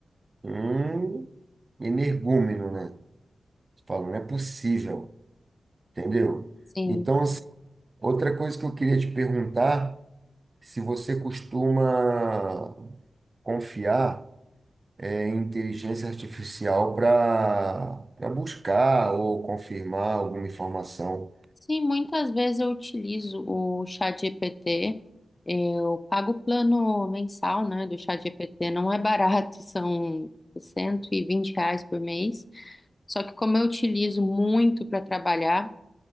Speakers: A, on the right; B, on the left.
A: um energúmeno, né? Você fala, não é possível, entendeu?
B: Sim.
A: Então, assim, outra coisa que eu queria te perguntar, se você costuma confiar é, inteligência artificial para para buscar ou confirmar alguma informação.
B: Sim, muitas vezes eu utilizo o ChatGPT. Eu pago o plano mensal, né, do ChatGPT. Não é barato, <laughs> são 120 reais por mês. Só que como eu utilizo muito para trabalhar